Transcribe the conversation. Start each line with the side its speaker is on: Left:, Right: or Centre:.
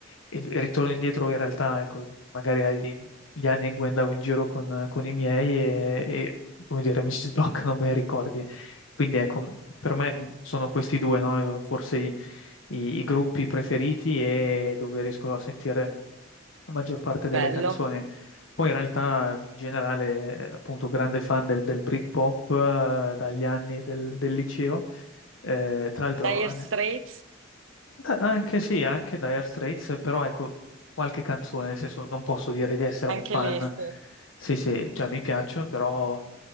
Left: e ritorno indietro in realtà, ecco, magari agli gli anni in cui andavo in giro con, con i miei e, e, come dire, mi si <laughs> sbloccano bei ricordi. Quindi ecco, per me mm, sono questi due, no? Forse i, i- i gruppi preferiti e dove riesco a sentire la maggior parte
Right: bello.
Left: delle canzoni. Poi in realtà, in generale, appunto, grande fan del, del Britpop eh, dagli anni del, del liceo. Eh, tra l'altro,
Right: Dire
Left: an-
Right: Straits,
Left: anche sì, anche Dire Straits, però ecco, qualche canzone, nel senso, non posso dire di essere
Right: anche
Left: un fan.
Right: lei, sì.
Left: Sì, sì, cioè mi piacciono, però